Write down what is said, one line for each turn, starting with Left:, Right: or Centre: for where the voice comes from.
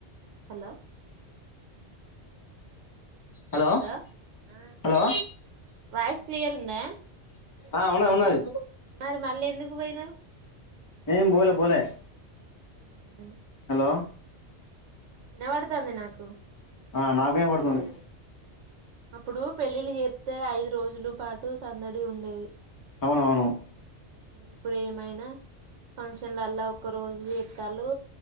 Right: అలా
Left: హలో
Right: హద ఆ
Left: హలో
Right: వాయిస్ క్లియర్ ఉందా
Left: ఆ ఉన్నది ఉన్నది
Right: మరి మళ్ళీ ఎందుకు పోయినౌ
Left: నేన్ బోలే పోలే
Right: ఉం
Left: హలో.
Right: వినబడుతంది నాకు
Left: ఆ నాకు వినపడుతుంది
Right: అప్పుడు పెళ్ళిళ్లు చేత్తే ఐదు రోజులు పాటు సందడి ఉండేది
Left: అవునవును
Right: ఇప్పుడు ఏమైనా ఫంక్షన్ లల్ల ఒక రోజు చేత్తళ్ళు